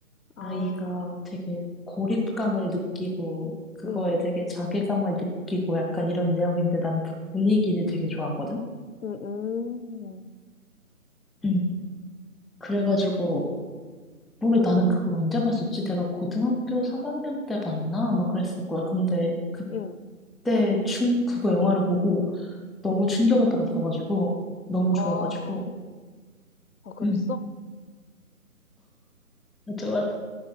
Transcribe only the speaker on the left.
<laughs> 아,
응,
응, 응,
응,
응.
아,
어, 그랬어?